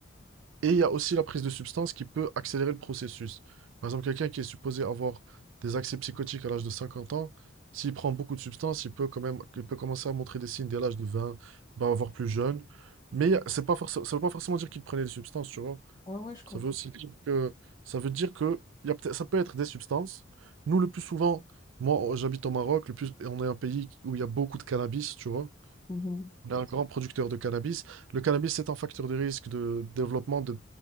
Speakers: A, on the right; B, on the left.
A: Et il y a aussi la prise de substances qui peut accélérer le processus. Par exemple, quelqu'un qui est supposé avoir des accès psychotiques à l'âge de 50 ans, s'il prend beaucoup de substances, il peut quand même, il peut commencer à montrer des signes dès l'âge de 20, bah, voire plus jeune. Mais il y a- c'est pas forcément, ça veut pas forcément dire qu'il prenait des substances, tu vois.
B: Ouais, ouais, je comprends.
A: Ça veut aussi dire que, ça veut dire que il y a peut-être- ça peut être des substances. Nous, le plus souvent, moi, j'habite au Maroc, le plus, et on est un pays qui- où il y a beaucoup de cannabis, tu vois.
B: Mhm.
A: On est un grand producteur de cannabis. Le cannabis, est un facteur de risque de développement de,